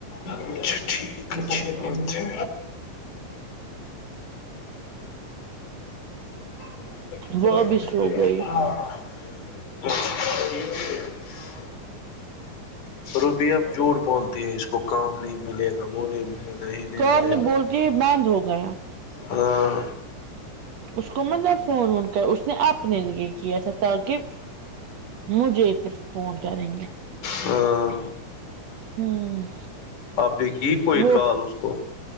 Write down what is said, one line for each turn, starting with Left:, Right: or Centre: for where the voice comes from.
Left: اچھا ٹھیک ہےچ بت ہے <unintelligible>
Right: وہ بھی سو گئی
Left: روبی اب جھوٹ بولتی ہے اس کو کام نہیں ملے گا وہ نہیں ملے گا یہ
Right: کوم
Left: ملے
Right: نہیں
Left: گا
Right: بول کے بد ہو گیا
Left: ہاں
Right: اس کو مطلب فون وون کر اس نے اپنے لی کیا تھا تاکہ مجھے پھر فون کریں گے
Left: ہاں
Right: ہوں
Left: آپ نے کی کوئی
Right: وہ
Left: کال اس کو